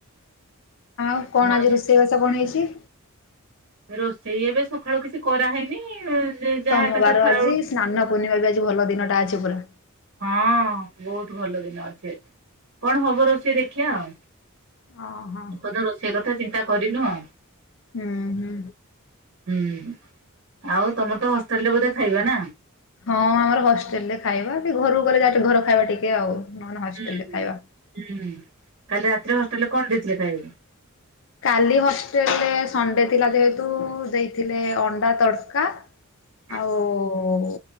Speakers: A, on the left (about 60°); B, on the right (about 60°).
A: ଆଉ କଣ
B: ମଣିଷ
A: ଆଜି ରୋଷେଇ ବାସ କଣ ହେଇଛି।
B: ରୋଷେଇ ଏବେ ସଖାଳୁ କିଛି କରାହେଇନି। ଯାହା
A: ସମୋବାର
B: ଏକାଥରେ ଖରା
A: ଆଜି
B: ବେଳକୁ
A: ସ୍ନାନ ପୂର୍ଣ୍ଣିମା ବି ଆଜି ଭଲ ଦିନଟା ଅଛି ପୁରା।
B: ହଁ ବୋହୁତ ଭଲ ଦିନ ଅଛି ଆଜି କଣ ହେବ ରୋଷେଇ ଦେଖିଆ ଆଉ।
A: ଓହୋ
B: <unintelligible> ରୋଷେଇ କଥା ଚିନ୍ତା କରିନୁ ଆଉ।
A: ହୁଁ ହୁଁ
B: ହୁଁ ଆଉ ତମର ତ ହଷ୍ଟେଲ୍ ରେ ବୋଧେ ଖାଇବା ନା।
A: ହଁ ଆମର ହଷ୍ଟେଲ ରେ ଖାଇବା ବି ଘରୁକୁ ଗଲେ <unintelligible> ଘର ଖାଇବା ଟିକେ ଆଉ। ନହେଲେ ହଷ୍ଟେଲରେ
B: ହୁଁ
A: ଖାଇବା।
B: ହୁଁ କାଲି ରାତିରେ ହଷ୍ଟେଲ ରେ କଣ ଦେଇଥିଲେ ଖାଇବାକୁ।
A: କାଲି ହଷ୍ଟେଲରେ ସଣ୍ଡେ ଥିଲା ଯେହେତୁ ଦେଇଥିଲେ ଅଣ୍ଡା ତଡ଼କା।
B: <inaudible>
A: ଆଉ